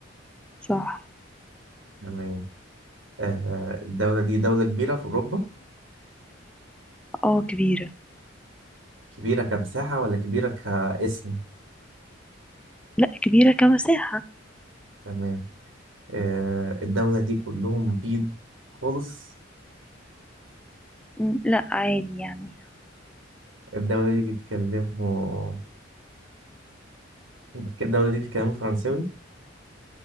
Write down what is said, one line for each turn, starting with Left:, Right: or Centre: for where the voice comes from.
Centre: صح
Right: تمام آه آه، الدوله دي دوله كبيره في اوروبا
Centre: اه كبيرة
Right: كبيره كمساحه ولا كبيره كاسم
Centre: لا كبيرة كمساحة
Right: تمام آه، الدولة دي كلهم بيض خالص
Centre: م، لا عادي يعني
Right: الدولة دي بيتكلموا <laughs> الدولة دي بيتكلموا فرنساوي